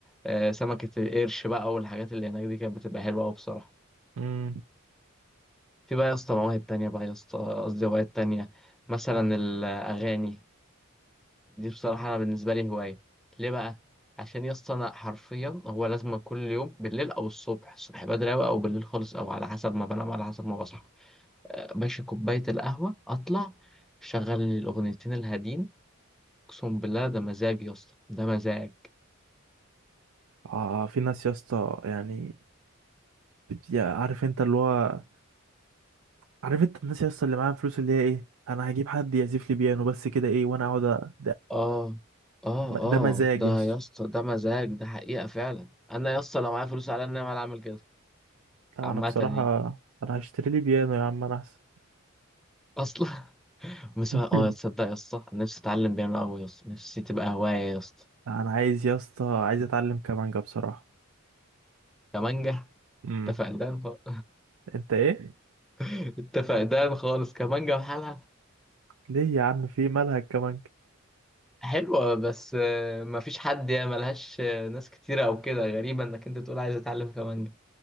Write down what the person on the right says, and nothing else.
امم
اه في ناس يا اسطى يعني بت- يا- عارف انت اللي هو عارف انت الناس يا اسطى اللي معاها فلوس اللي هي ايه انا هجيب حد يعزف لي بيانو بس كده ايه وانا اقعد
م-
ده مزاج
يا اسطى
لا
انا بصراحه
انا هشتري لي بيانو يا عم انا احسن
<laughs>
انا عايز يا اسطى عايز اتعلم كمانجا بصراحه
امم
انت ايه
ليه يا عم في مالها الكمانجا